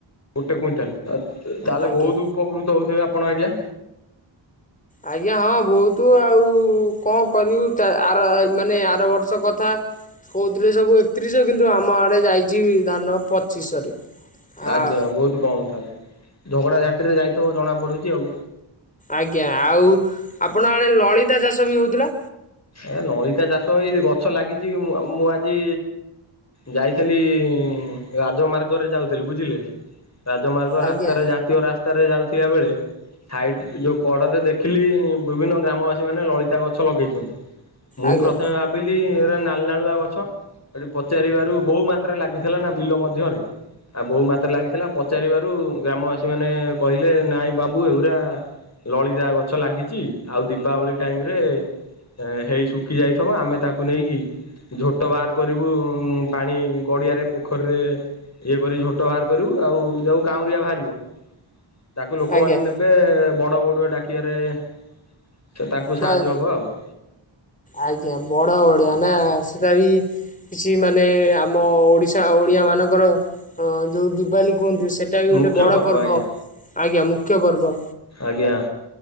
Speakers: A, on the left; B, on the left.
A: ଗୋଟେ କୁଇଣ୍ଟାଲ ଆ ତ ତାହେଲେ
B: ଆଜ୍ଞା
A: ବହୁତ ଉପକୃତ ହଉଥିବେ ଆପଣ ଆଜ୍ଞା।
B: ଆଜ୍ଞା ହଁ ବହୁତୁ ଆଉ କଣ କରିବୁ। ତା ଆର ଏଇ ମାନେ ଆର ବର୍ଷ କଥା। କହୁଥିରେ ସବୁ ଏକତିରିଶ। କିନ୍ତୁ ଆମ ଆଡେ ଯାଇଚି ଧାନ ପଚିଶରେ।
A: ଆଜ୍ଞା
B: ଆଉ
A: ବହୁତ କମ୍ ତାହେଲେ, ଝଗଡା ଝାଟିରେ ଯାଇଥିବ ଜଣା ପଡୁଚି ଆଉ।
B: ଆଜ୍ଞା ଆଉ ଆପଣ ଆଡ଼େ ଲଳିତା ଚାଷ ବି ହଉଥିଲା।
A: ଏ ନଳିତା ଚାଷ ହେଇ ଗଛ ଲାଗିଚି ବି ମୁଁ ଆ ମୁଁ ଆଜି ଯାଇଥିଲି ରାଜମାର୍ଗରେ ଯାଉଥିଲି ବୁଝିଲେ? ରାଜମାର୍ଗ ରାସ୍ତାରେ
B: ଆଜ୍ଞା
A: ଜାତୀୟ ରାସ୍ତାରେ ଯାଉଥିବା ବେଳେ ସାଇଟ ଯୋଉ କଡ଼ରେ ଦେଖିଲି ବିଭିନ୍ନ ଗ୍ରାମବାସୀ ମାନେ ଲଳିତା ଗଛ ଲଗେଇଚନ୍ତି। ମୁଁ
B: ଆଜ୍ଞା
A: ପ୍ରଥମେ ଭାବି ବିଲି ଏରା ନାଲନାଳୁଆ ଗଛ। ହେଟି ପଚାରିବାରୁ ବହୁ ମାତ୍ରାରେ ଲାଗିଥିଲା ନା ବିଲ ମଧ୍ୟରେ ଆ ବହୁ ମାତ୍ର ଲାଗିଥିଲା। ପଚାରିବାରୁ ଗ୍ରାମବାସୀ ମାନେ କହିଲେ ନାଇଁ ବାବୁ ଏଉରା ଲଳିତା ଗଛ ଲାଗିଚି। ଆଉ ଦୀପାବଳି ଟାଇମରେ ହେଇ ଶୁଖି ଯାଇଥବ, ଆମେ ତାକୁ ନେଇକି ଝୋଟ ବାହାର କରିବୁ, ଉଁ ପାଣି ଗଡିଆରେ ପୋଖରୀରେ ଇଏ କରି ଝୋଟ ବାହାର କରିବୁ, ଆଉ ଯୋଉ କାଉଁରିଆ ବାହାରିବ। ତାକୁ ଲୋକମାନେ
B: ଆଜ୍ଞା
A: ନେବେ ବଡ ବଡୁଆ ଡାକିବରେ ସେ ତାଙ୍କୁ
B: ତା-
A: ସାହାଯ୍ୟ ହବ ଆଉ।
B: ଆଜ୍ଞା ବଡ ବଡିଆ ନା। ସେଟା ବି କିଛି ମାନେ ଆମ ଓଡ଼ିଶା ଓଡ଼ିଆ ମାନଙ୍କର ଅଁ ଯଉ ଦିବାଲି କୁହନ୍ତୁ, ସେଟା ବି ଗୋଟେ
A: ମୁଖ୍ୟ
B: ବଡ଼ ପର୍ବ
A: ଆଜ୍ଞା
B: ଆଜ୍ଞା ମୁଖ୍ୟ ପର୍ବ।
A: ଆଜ୍ଞା।